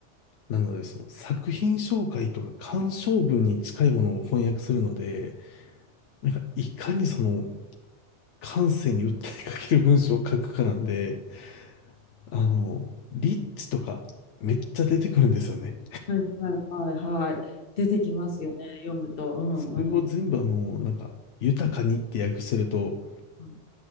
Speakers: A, on the left; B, on the left.
A: なのでその作品紹介とか鑑賞文に近いものを翻訳するので、なんかいかにその感性に訴えかける文章を書くかなんで、あの、リッチとかめっちゃ出てくるんですよね。
B: はいはいはいはい。出てきますよね、読むと。うんうん。
A: それを全部あの、なんか、豊かにって訳してると、
B: うん